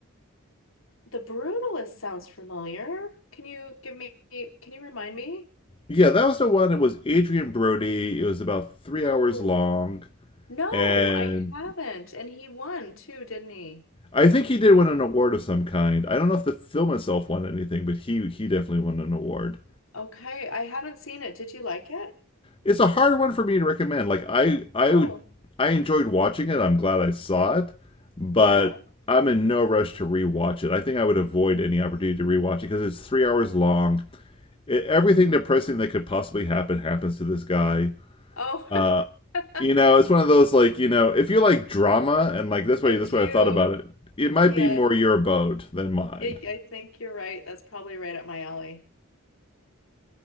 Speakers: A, on the left (about 75°); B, on the left (about 25°).
A: The Brutalist sounds familiar. Can you give me, can you remind me?
B: Yeah, that was the one. It was Adrian Brody. It was about three hours
A: Oh,
B: long,
A: no,
B: and
A: I haven't. And he won too, didn't he?
B: I think he did win an award of some kind. I don't know if the film itself won anything, but he he definitely won an award.
A: Okay, I haven't seen it. Did you like it?
B: It's a hard one for me to recommend. Like I I
A: Oh,
B: I enjoyed watching it. I'm glad I saw it, but
A: yeah.
B: I'm in no rush to rewatch it. I think I would avoid any opportunity to rewatch it because it's three hours long it, everything depressing that could possibly happen happens to this guy.
A: Oh,
B: Uh,
A: <laughs>
B: you know, it's one of those like you know, if you like drama and like this way,
A: I
B: this
A: do.
B: way I thought about it. It might
A: Yeah,
B: be more your boat than mine.
A: it, I think you're right. That's probably right up my alley.